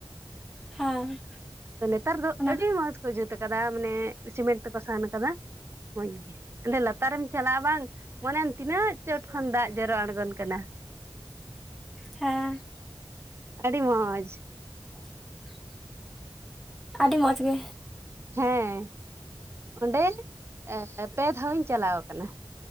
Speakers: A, in the centre; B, on the right (about 30°).
A: ᱦᱮᱸ
B: ᱟᱫᱚ ᱱᱮᱛᱟᱨ ᱫᱚ
A: ᱚᱱᱟ
B: ᱟᱹᱰᱤ ᱢᱚᱡᱽ ᱠᱚ ᱡᱩᱛ ᱠᱟᱫᱟ ᱢᱟᱱᱮ ᱥᱤᱢᱮᱱᱴ ᱛᱮᱠᱚ ᱥᱟᱱ ᱠᱟᱫᱟ ᱢᱚᱡᱽ ᱜᱮ। ᱮᱸᱰᱮ ᱞᱟᱛᱟᱨᱮᱢ ᱪᱟᱞᱟᱜᱼᱟ ᱵᱟᱝ ᱢᱚᱱᱮᱭᱟᱢ ᱛᱤᱱᱟᱹᱜ ᱪᱚᱴ ᱠᱷᱚᱱ ᱫᱟᱜ ᱡᱚᱨᱚ ᱟᱬᱜᱚᱱ ᱠᱟᱱᱟ।
A: ᱦᱮᱸᱻ
B: ᱟᱹᱰᱤ ᱢᱚᱡᱽ
A: <inaudible> ᱟᱹᱰᱤ ᱢᱚᱡᱽ ᱜᱮ
B: ᱦᱮᱸ ᱚᱸᱰᱮ ᱮᱻ ᱯᱮ ᱫᱷᱟᱣ ᱤᱧ ᱪᱟᱞᱟᱣ ᱠᱟᱱᱟ।